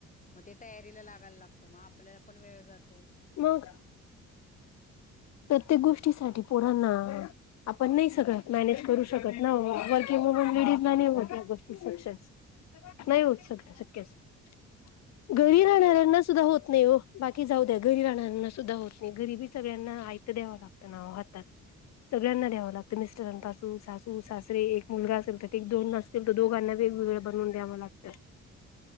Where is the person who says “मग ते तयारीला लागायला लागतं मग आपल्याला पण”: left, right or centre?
Left